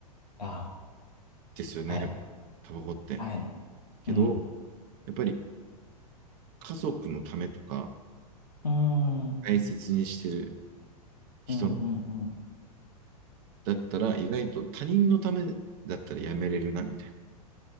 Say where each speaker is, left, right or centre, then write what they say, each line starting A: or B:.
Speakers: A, on the left (about 85°); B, on the right (about 45°).
A: あ、
B: ですよね、
A: はい。
B: やっぱタバコって。
A: はい。
B: けど、
A: うん。
B: やっぱり家族のためとか、
A: うーん。
B: 大切にしてる人の
A: うんうんうん。
B: だったら、意外と他人のためだったらやめれるな、みたいな。